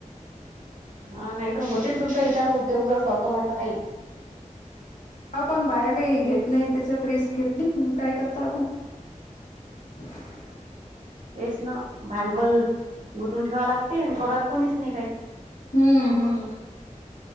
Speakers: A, on the right; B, on the left.
A: हा... नाई तर होतेन तुमच्या हिच्यावर उद्योग, जर करतो म्हटलं काही
B: हा... पण बाया काई... घेत न्हाईत, त्याच्यात रिस्क घेत नाईत, मग काय करता आपण <unintelligible>
A: तेच ना... भांडवल... गुंतून ठेवा लागते... अन करत कुणीच नई काई
B: हुं... हुं.